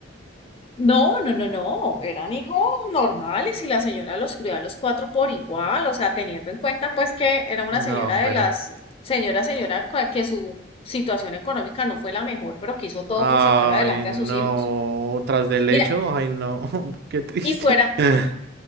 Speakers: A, on the left (about 30°); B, on the right (about 55°).
A: No, no, no, no, eran hijos normales y la señora los crió a los cuatro por igual, o sea, teniendo en cuenta pues que era una
B: No,
A: señora de
B: pero.
A: las, señora, señora, cua- que su situación económica no fue la mejor, pero que hizo todo
B: Ay,
A: por sacar adelante
B: no.
A: a sus hijos.
B: Tras del
A: Mira,
B: hecho, ay, no. <laughs> Qué triste.
A: y fuera,
B: <laughs>